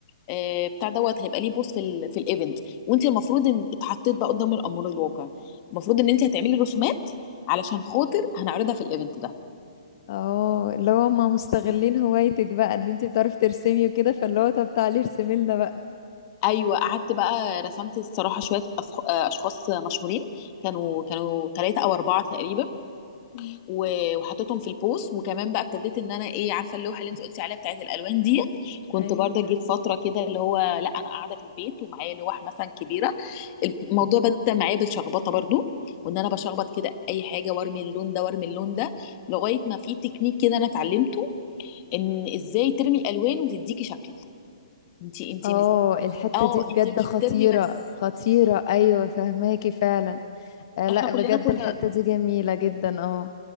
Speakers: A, on the left; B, on the left.
A: آه، بتاع دوت هيبقى ليه بوس في ال في الايفنت وانت المفروض ان اتحطيت بقى قدام الامر الواقع المفروض ان انت هتعملي رسومات علشان خاطر هنعرضها في الايفنت ده
B: اه اللي هو ما مستغلين هوايتك بقى ان انتي بتعرفي ترسمي وكده فاللي هو طب تعالي ارسمي لنا بقى
A: ايوه قعدت بقى رسمت الصراحه شويه أصخ- آه، اشخاص مشهورين كانوا كانوا ثلاثه او اربعه تقريبا
B: مم.
A: و- وحطيتهم في البوست وكمان بقى ابتديت ان انا ايه عارفه اللوحه اللي انت قلتي عليها بتاعت الالوان ديت كنت
B: ايوه
A: برضه جيت فتره كده اللي هو لا انا قاعده في البيت ومعايا لوح مثلا كبيره الموضوع بدا معايا بالشخبطه برضه وان انا بشخبط كده اي حاجه وارمي اللون ده وارمي اللون ده لغايه ما في تكنيك كده انا اتعلمته ان ازاي ترمي الالوان وتديكي شكل انت انت
B: اه
A: مش
B: الحتة
A: اه
B: دي بجد
A: انت مش
B: خطيرة
A: بترمي بس
B: خطيرة ايوه فهماكي فعلا آه لا
A: احنا كلنا
B: بجد
A: كنا
B: الحتة دي جميلة جدا اه